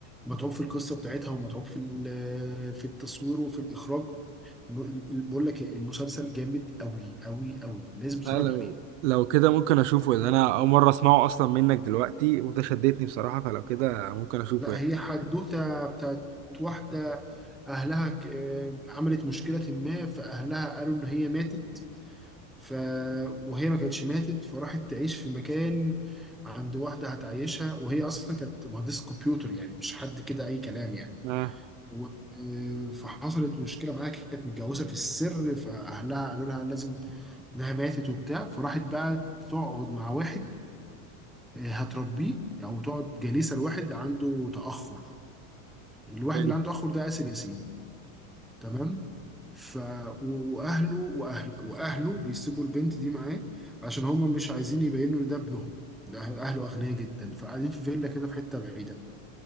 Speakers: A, in the centre; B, on the right (about 55°).
A: متعوب في القصه بتاعتها ومتعوب في ال- في التصوير وفي الاخراج ب- بقول لك إيه، المسلسل جامد قوي قوي قوي لازم تتفرج
B: لا لو
A: عليه
B: لو كده ممكن اشوفه لان انا اول مره اسمعه اصلا منك دلوقتي وانت شدتني بصراحه فلو كده ممكن اشوفه
A: لا
B: يعني
A: هي حدوته بتاعت واحده اهلها ك- آه، عملت مشكله ما فاهلها قالوا ان هي ماتت ف... وهي ما كانتش ماتت فراحت تعيش في مكان عند واحده هتعيشها وهي اصلا كانت مهندسه كمبيوتر يعني مش حد كده اي كلام يعني
B: اه
A: و... آه، فحصلت مشكله معاها كانت متجوزه في السر فاهلها قالوا لها لازم انها ماتت وبتاع فراحت بقى تقعد مع واحد آه، هتربيه او تقعد جليسه لواحد عنده تاخر الواحد
B: حلو
A: اللي عنده تاخر ده آسر ياسين تمام ف و- واهله واهل واهله بيسيبوا البنت دي معاه عشان هما مش عايزين يبينوا ان ده ابنهم ده أهل- اهله اغنياء جدا فقاعدين في فيلا كده في حته بعيده